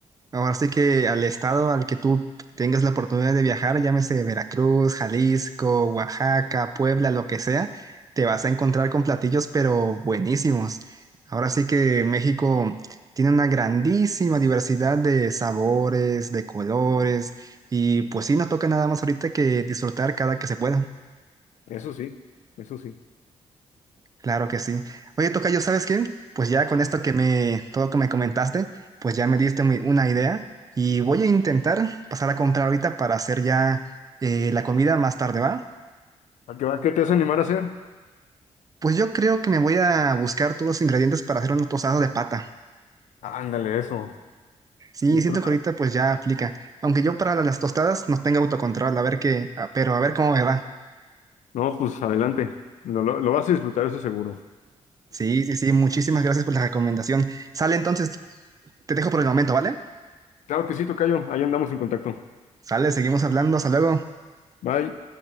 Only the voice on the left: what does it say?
Eso sí, eso sí.
¿A qué, a qué te vas a animar a hacer?
Ándale, eso.
Disfruta.
No, pues adelante. Lo, lo, lo vas a disfrutar, eso seguro. <laughs>
Claro que sí, tocayo. Ahí andamos en contacto.
Bye.